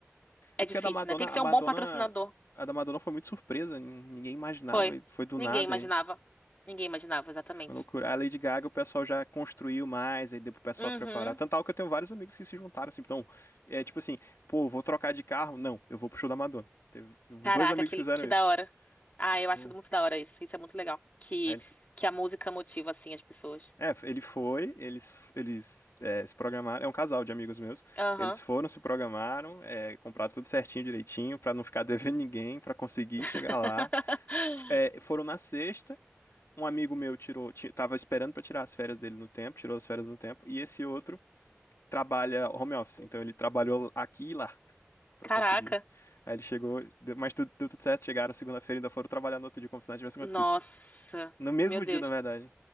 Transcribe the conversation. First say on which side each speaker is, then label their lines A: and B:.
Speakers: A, on the left (about 35°); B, on the left (about 75°).
A: é
B: É porque
A: difícil,
B: a da Madonna,
A: né? Tem que
B: a
A: ser
B: Madonna,
A: um bom patrocinador.
B: a da Madonna foi muito surpresa, ninguém imaginava,
A: Foi.
B: e foi do
A: Ninguém
B: nada.
A: imaginava.
B: e-
A: Ninguém imaginava, exatamente.
B: Foi loucura. A Lady Gaga, o pessoal já construiu mais, aí deu pro pessoal
A: Uhum.
B: preparar. Tanto tal que eu tenho vários amigos que se juntaram, assim, então, é tipo assim, pô, vou trocar de carro? Não, eu vou pro show da Madonna. Teve os
A: Caraca,
B: dois amigos
A: que,
B: que fizeram
A: que
B: isso.
A: da hora. Ah, eu
B: Bom.
A: acho muito da hora isso. Isso é muito legal. Que,
B: Aí eles,
A: que a música motiva, assim, as pessoas.
B: é, ele foi, eles, eles é, se programaram, é um casal de amigos meus,
A: Aham.
B: eles foram, se programaram, é, compraram tudo certinho, direitinho, pra não ficar <laughs> devendo ninguém, pra conseguir
A: <laughs>
B: chegar lá. F- é, foram na sexta, um amigo meu tirou, ti- tava esperando pra tirar as férias dele no tempo, tirou as férias no tempo, e esse outro trabalha home office, então ele trabalhou aqui e lá pra
A: Caraca.
B: conseguir. Aí ele chegou, deu- mas tudo, deu tudo certo, chegaram segunda-feira e ainda foram trabalhar no outro dia como se nada tivesse acontecido.
A: Nossa.
B: No mesmo
A: Meu Deus.
B: dia, na verdade.